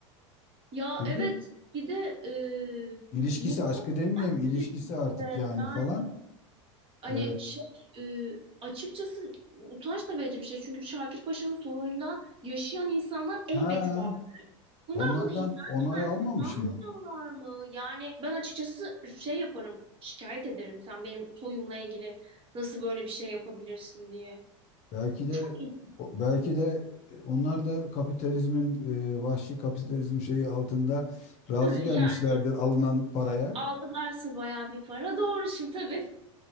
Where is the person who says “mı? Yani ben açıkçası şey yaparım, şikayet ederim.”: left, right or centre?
Right